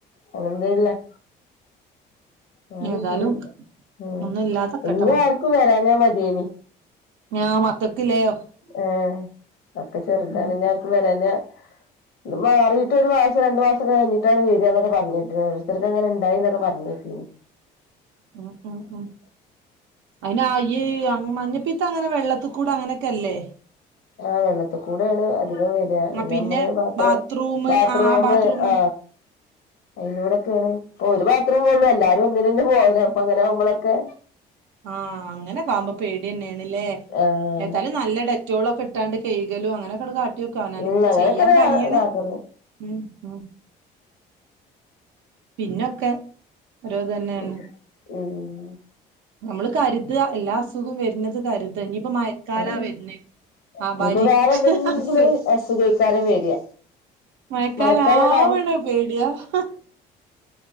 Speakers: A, on the left; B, on the right.
A: <unintelligible> മാറി
B: ഏതായാലും
A: പോയി ഉ
B: ഒന്നും ഇല്ലാതക്കട്ടെ
A: ഇങ്ങ ആര്ക്കും വരാഞാ മതിയേനി
B: ഞാ മക്കക്കില്ലയോ
A: ആ ഒക്കെ ചെറുതാണ്
B: ഉം
A: ഞാർക്കും വരാഞാ ഞ് മാറിയിട്ട് ഒരു മാസം രണ്ടു മാസൊകെ കഴിഞ്ഞിട്ടാണ് വര്അന്നൊക്കെ പറഞ്ഞീട്ട് ഒരുര്ത്തര്ക്ക് അങ്ങനെ ഇണ്ടായിന്നൊക്കെ പറഞ്ഞേട്ടിഞ്
B: ഉം ഉം ഉം അയിനാ യീ അ അങ് മഞ്ഞപ്പിത് ത്ത അങ്ങനെ വെള്ളത്ത്ക്കൂടെ അങ്ങനൊക്കെല്ലേ
A: ആ വെള്ളത്ത് കൂടേണ് അ <unintelligible> വര്കാ പിന്നെമ്മള്
B: ആ പിന്നെ
A: ബാത്ത്റൂ
B: ബാത്റൂമ്
A: ബാത്ത്റൂമ്
B: ആ ബാത്റൂമ്
A: ആ അയിലൂടെക്കേണ് ഒരു ബാത്ത് റുമെ ഒള്ളു എല്ലാരും ഒന്നിലന്നെ പോകല് അപ്പൊ അങ്ങനെ അമ്മളക്കെ
B: ആ അങ്ങനെക്കാമ്പോ പേട്യന്നെ ന്ന്ല്ലേ
A: ആഹ്
B: എത്താലും നല്ല ഡെറ്റോളൊക്കെ ഇട്ടാണ്ട് കെയ്കലു അങ്ങനൊക്കട് കാട്ടിയൊക്കെ അവനാന്
A: ഉം അങ്ങനൊക്കെയാണ്
B: ചെയ്യാൻ കയ്യിണേ
A: കാട്ടല്
B: ഉം ഉം പിന്നൊക്കെ ഓരോ തന്നെയാണ്
A: ഉം ഉം
B: നമ്മള് കര്താ എല്ലാ അസുകോം വര്ണ ത് കര്താ ഇനിപ്പം മയക്കാലാ
A: അതന്നെ
B: വര്ണെ ആ
A: ഇനിയിപ്പോ
B: ബരിക്ക്
A: വേറെ എന്തെങ്കിലും
B: അസുഖ
A: അസുഖക്കാരം വരിക
B: മയക്കാലാവ്ണെ
A: മഴക്കാലണ്ടാവും
B: പേടിയാ ഹാ